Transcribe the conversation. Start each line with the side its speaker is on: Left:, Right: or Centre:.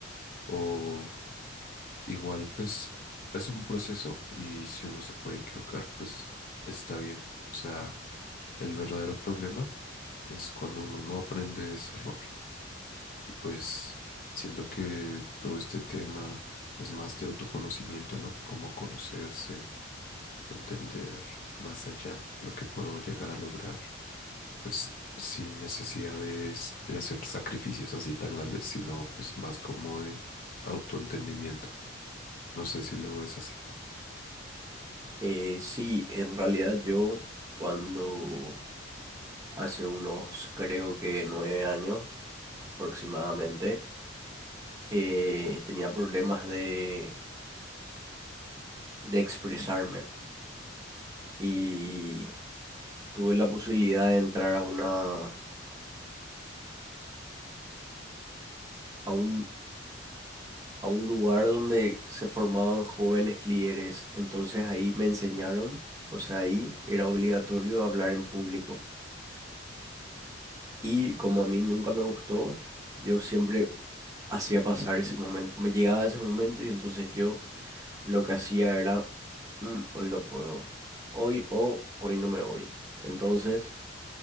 Left: O igual, pues es un proceso y si uno se puede equivocar, pues está bien. O sea, el verdadero problema es cuando uno no aprende de ese error. Y pues siento que todo este tema es más de autoconocimiento, ¿no? Como conocerse, entender más allá lo que puedo llegar a lograr pues sin necesidad de, s- de hacer sacrificios así tan grandes, sino pues más como de autoentendimiento. No sé si lo ves así.
Right: Eh, sí, en realidad yo cuando hace unos creo que nueve años aproximadamente, eh, tenía problemas de, de expresarme. Y Tuve la posibilidad de entrar a una, a un, a un lugar donde se formaban jóvenes líderes. Entonces ahí me enseñaron, o sea, ahí era obligatorio hablar en público. Y como a mí nunca me gustó, yo siempre hacía pasar ese momento. Me llegaba ese momento y entonces yo lo que hacía era, "Mm, hoy no puedo, hoy o hoy no me voy. Entonces,